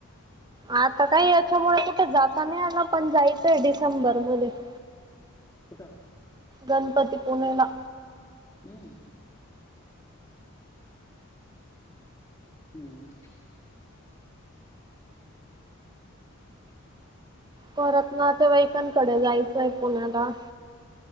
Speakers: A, on the right (about 20°); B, on the left (about 15°).
A: आता काही याच्यामुळे कुठे जाता नाही आल पण जायचंय डिसेंबर मधे. <inaudible>
B: कुठं?
A: गणपतीपुळेला.
B: हम्म. ह.
A: परत नातेवाईकांकडे जायचंय पुण्याला.